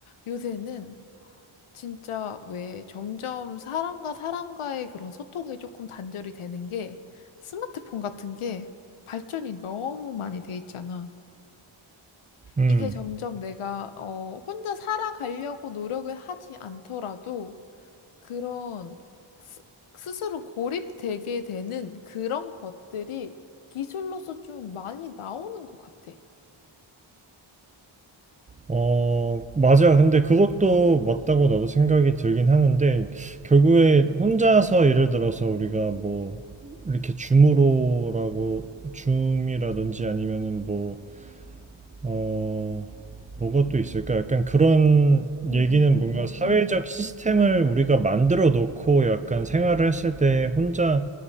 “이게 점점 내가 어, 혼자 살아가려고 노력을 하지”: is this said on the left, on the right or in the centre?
Left